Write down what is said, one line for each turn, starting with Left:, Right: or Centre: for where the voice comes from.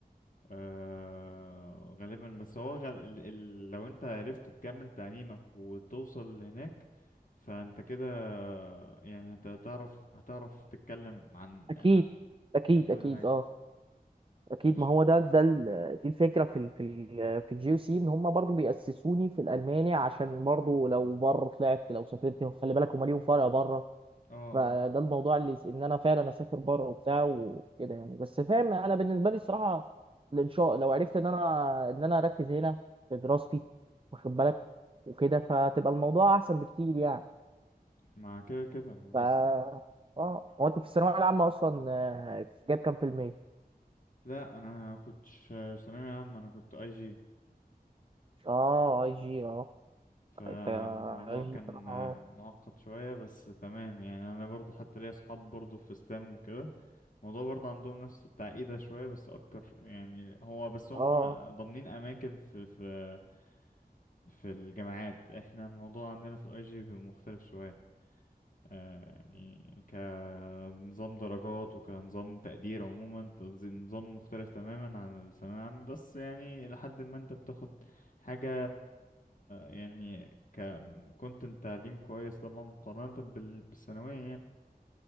Left: آه غالبا بس هو غل... ال... ال... لو انت عرفت تكمل تعليمك وتوصل هناك فانت كده يعني هت- هتعرف هتعرف تتكلم عن
Right: اكيد
Left: عن
Right: اكيد
Left: عن كل
Right: اكيد
Left: حاجة
Right: اه اكيد
Left: وخص-
Right: ما هو ده ده ال- دي الفكره في ال في ال في الجي سي ان هم برضو بيأسسوني في الالماني عشان برضو لو بره طلعت لو سافرت خلي بالك هم ليهم فرق بره
Left: اه
Right: فده
Left: اه
Right: الموضوع اللي يس- ان انا فعلا اسافر بره وبتاع وكده يعني بس فاهم انا بالنسبه لي الصراحه الانشاء لو عرفت ان انا ان انا اركز هنا في دراستي واخد بالك وكده فتبقى الموضوع احسن بكتير يعني
Left: مع كده كده
Right: ف
Left: بس
Right: اه هو انت في الثانويه العامه اصلا آه، جاب كام في المية؟
Left: لا انا كنتش ثانوية عامة انا كنت اي جي
Right: اه اي جي اه
Left: فالموضوع
Right: انت عايش
Left: كان
Right: بصراحة اه
Left: معقد شوية بس تمام يعني انا برضو حتى ليا اصحاب برضو في ستام وكده الموضوع برضو عندهم نفس التعقيدة شوية بس اكتر يعني هو بس هم
Right: اه
Left: ضامنين اماكن في في في الجامعات احنا الموضوع عندنا في الاي جي بيبقى مختلف شوية آه، يعني كنظام درجات وكنظام تقدير عموما تنظ- نظام مختلف تماما عن الثانوية العامة بس يعني لحد ما انت بتاخد حاجة يعني ك كنت انت تعليم كويس طبعا مقارنة بال... بالثانوية يعني